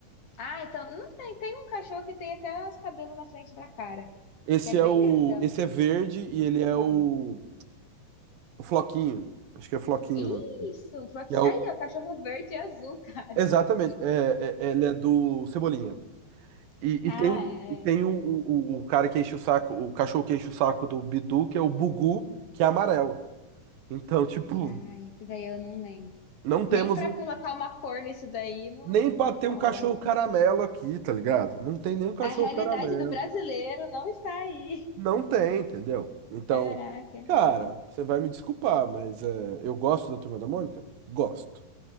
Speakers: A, on the left; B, on the right.
A: Ah, então não tem. Tem um cachorro que tem até os cabelos na frente da cara,
B: Esse
A: que é bem
B: é o
A: grandão.
B: esse é verde e ele
A: Esqueci
B: é
A: o nome.
B: o, o floquinho. Acho que é floquinho,
A: Isso,
B: não.
A: Floquinho.
B: E é o,
A: Aí, ó, cachorro verde e azul, cara.
B: exatamente, é, é- é, ele é do Cebolinha. E,
A: Ah,
B: e tem, um-
A: é.
B: e tem o, o, o cara que enche o saco, o cachorro que enche o saco do Bidu, que é o Bugu, que é amarelo. Então, tipo,
A: Ah, esse daí eu não lembro.
B: não temos
A: Nem pra
B: um.
A: colocar uma cor nesse daí não
B: Nem pra ter um
A: rola.
B: cachorro caramelo aqui, tá ligado? Não tem nenhum cachorro
A: A realidade
B: caramelo.
A: do brasileiro não está aí.
B: Não tem, entendeu? Então,
A: Caraca, é
B: cara,
A: mesmo.
B: você vai me desculpar, mas é, eu gosto da Turma da Mônica? Gosto.